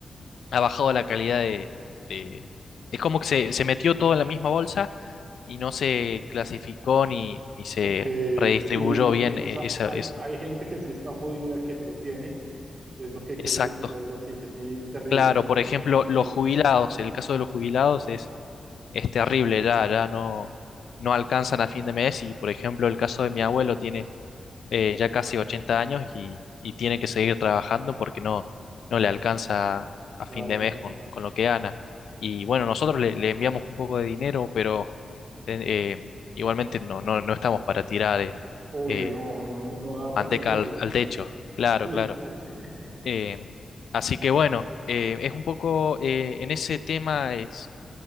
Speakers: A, on the left; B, on the right.
A: ha bajado la calidad de, de- Es como que se, se metió todo en la misma bolsa y no se clasificó ni, ni se
B: ok,
A: redistribuyó
B: sí.
A: bien
B: O
A: eh,
B: sea,
A: esa-
B: hay,
A: eso.
B: hay gente que sí está jodida, que no lo tiene, y es lo que
A: Exacto.
B: quieres decir o algo así, que sí es terrible.
A: Claro, por ejemplo, los
B: Sí,
A: jubilados, el caso de los jubilados es, es terrible, ya, ya no, no alcanzan a fin de mes y, por ejemplo, el caso de mi abuelo tiene eh, ya casi 80 años y, y tiene que seguir trabajando porque no, no le alcanza a
B: claro.
A: fin de mes con, con lo que gana. Y bueno, nosotros le, le enviamos un poco de dinero, pero eh, eh, igualmente no, no, no estamos para tirar eh,
B: Obvio,
A: eh,
B: no, no, no, no da para
A: manteca
B: todo el mundo.
A: al, al techo. Claro,
B: Sí,
A: claro.
B: sí. <laughs>
A: Eh, así que bueno, eh, es un poco, eh, en ese tema es,